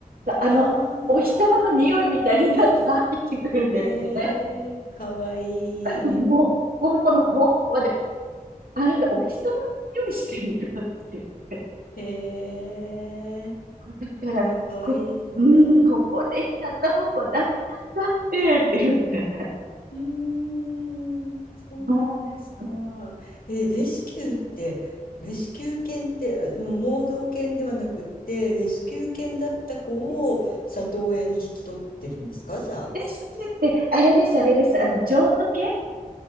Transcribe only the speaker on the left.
ああ。
へえ。かわいい。
へえ。
あー、でもかわいいですね。
うーん。そうなんですか。
え、レスキューって、レスキュー犬って、あの盲導犬ではなくって、レスキュー犬だった子を里親に引き取ってるんですかじゃあ。